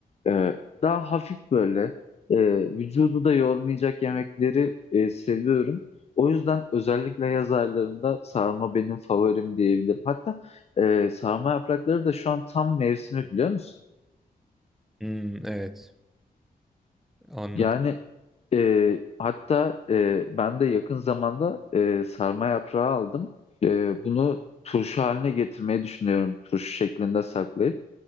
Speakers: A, on the left (about 40°); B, in the centre.
A: e, daha hafif böyle e, vücudu da yormayacak yemekleri e, seviyorum. O yüzden özellikle yaz aylarında sarma benim favorim diyebilirim. Hatta e, sarma yaprakları da şu an tam mevsimi biliyor musun?
B: Hmm, evet. Anladım.
A: Yani e, hatta e, ben de yakın zamanda e, sarma yaprağı aldım. E, bunu turşu haline getirmeyi düşünüyorum. Turşu şeklinde saklayıp